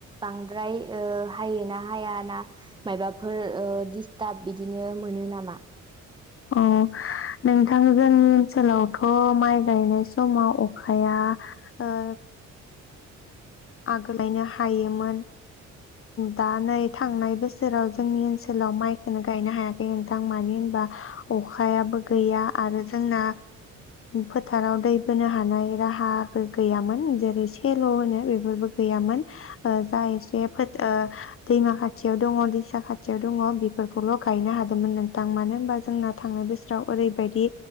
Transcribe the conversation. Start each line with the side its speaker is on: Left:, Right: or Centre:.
Right: बांद्राय ओ हायो ना हायाना मायबाफोर दिस्टाब बिदिनो मोनो नामा?
Left: औ नोंथां जोंनि ओनसोलावथ' माइ गायनाय समाव अखाया ओ आगो लायनो हायोमोन दा नै थांनाय बोसोराव जोंनि ओनसोलाव माइखौनो गायनो हायाखै नोंथां मानो होनबा अखायाबो गैया
Right: औ
Left: आरो जोंना फोथाराव दै बोनो हानाय राहाबो गैयामोन जेरै सेल' होनो बे बो गैयामोन। जा एसे फोर ओ दैमा खाथियाव दङ दैसा खाथियाव दङ बेफोरखौल' गायनो हादोंमोन नोंथां मानो होनबा जोंना थांनाय बोसोराव ओरैबायदि